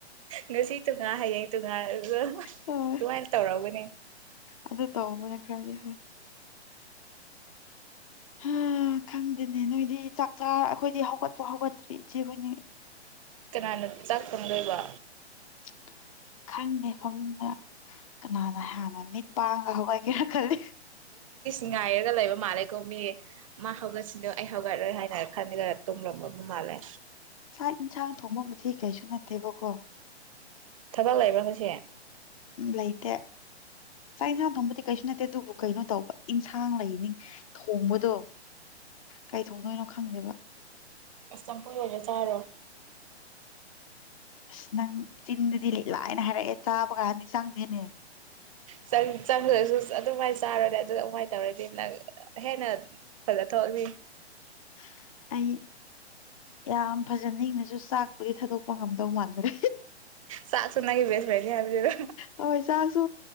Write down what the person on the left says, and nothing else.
ꯍꯣꯏ
ꯑꯗꯨ ꯇꯧꯕꯅꯦ ꯈꯔꯗꯤ ꯍ ꯑ ꯈꯪꯗꯦꯅꯦ ꯅꯣꯏꯗꯤ ꯆꯥꯛ ꯆꯥ ꯑꯩꯈꯣꯏꯗꯤ ꯍꯧꯒꯠꯄꯥꯎ ꯍꯧꯒꯠꯇ꯭ꯔꯤ ꯏꯆꯦ ꯑꯩꯈꯣꯏꯅꯤ
<unintelligible> ꯈꯪꯗꯦ ꯐꯃꯨꯡꯗ ꯀꯅꯥꯅ ꯍꯥꯟꯅ ꯃꯤꯠ ꯄꯥꯡꯒ ꯍꯧꯒꯠꯒꯦꯅ ꯈꯜꯜꯂꯤ
ꯆꯥꯛ ꯏꯟꯁꯥꯡ ꯊꯣꯡꯕꯕꯨꯗꯤ ꯀꯩꯁꯨ ꯅꯠꯇꯦꯕꯀꯣ
ꯎ ꯂꯩꯇꯦ ꯆꯥꯛ ꯌꯦꯟꯁꯥꯡ ꯊꯣꯡꯕꯗꯤ ꯀꯩꯁꯨ ꯅꯠꯇꯦ ꯑꯗꯨꯕꯨ ꯀꯩꯅꯣ ꯇꯧꯕ ꯏꯟꯁꯥꯡ ꯂꯩꯅꯤꯡ ꯊꯣꯡꯕꯗꯣ ꯀꯩ ꯊꯣꯡꯗꯣꯏꯅꯣ ꯈꯪꯗꯦꯕ
ꯑꯁ ꯅꯪ ꯆꯤꯟꯗꯗꯤ ꯂꯤꯠꯂꯥꯏꯅ ꯍꯥꯏꯔꯛꯑꯦ ꯆꯥꯕ ꯀꯥꯟꯅꯤ ꯆꯪꯗꯅ
<inaudible> ꯑꯩ ꯌꯥꯝ ꯐꯖꯅꯪꯅꯁꯨ ꯆꯥꯛꯄꯒꯤ ꯊꯥꯗꯣꯛꯄ ꯉꯝꯗꯧ ꯃꯥꯟꯗ꯭ꯔꯦ
ꯍꯣꯏ ꯆꯥꯛꯁꯨ